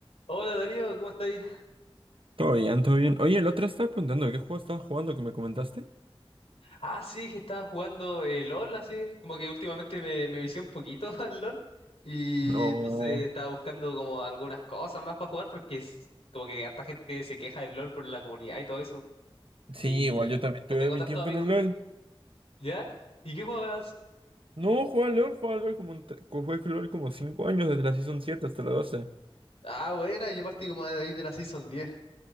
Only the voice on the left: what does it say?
Hola Darío, ¿cómo estáis?
Ah, sí, que estaba jugando eh, LOL, así, como que últimamente me, me vicié un poquito <laughs> al LOL y
entonces estaba buscando como algunas cosas más para jugar porque es como que harta gente se queja del LOL por la comunidad y todo eso
y
no tengo
tantos
amigos.
¿Ya? ¿Y qué juegas?
Ah, buena, yo partí como de ahí de la Season diez